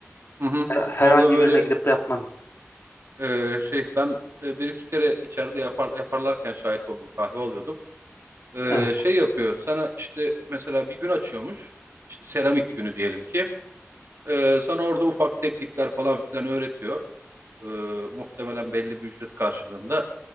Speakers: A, on the right; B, on the left.
A: Hı hı.
B: Her- Herhangi
A: Orada böyle
B: birine gidip de yapmadım.
A: Ee, şey ben e, bir iki kere içeride yapar, yaparlarken şahit oldum. Kahve alıyordum. Ee,
B: Evet.
A: şey yapıyor. Sana işte mesela bir gün açıyormuş. İşte seramik günü diyelim ki. Ee, sana orada ufak teknikler falan filan öğretiyor. Ee, muhtemelen belli bir ücret karşılığında.